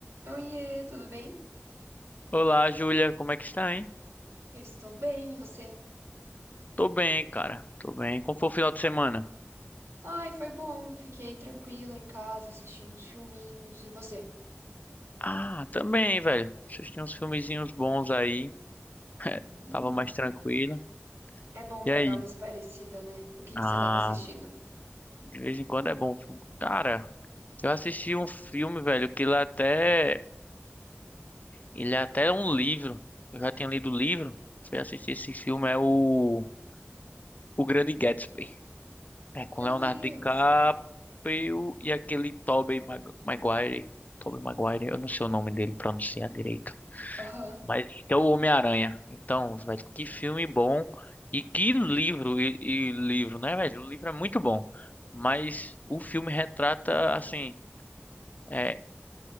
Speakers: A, on the right (about 80°); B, on the left (about 35°).
A: Oiê, tudo bem?
B: Olá, Júlia, como é que está, hein?
A: Eu estou bem, e você?
B: Tô bem, cara. Tô bem. Como foi o final de semana?
A: Ai, foi bom. Fiquei tranquila em casa assistindo uns filminhos. E você?
B: Ah, também, velho. Vocês tinham uns filmezinhos bons aí. <laughs>
A: Hum,
B: Tava mais tranquilo.
A: é bom pra
B: E aí?
A: dar uma espairecida, né? O que
B: Ah,
A: que você estava assistindo?
B: de vez em quando é bom. filme. Cara, eu assisti um filme, velho, que ele até. Ele é até um livro. Eu já tinha lido o livro. Fui assistir esse filme, é o. O Grande Gatsby. É com
A: Meu
B: Leonardo
A: Deus!
B: DiCaprio e aquele Tobey Mag- Maguire. Tobey Maguire, eu não sei o nome dele pronunciar direito.
A: Aham,
B: Mas que é o Homem-Aranha. Então, velho, que filme bom. E que livro, e, e livro, né, velho? O livro é muito bom. Mas o filme retrata, assim, é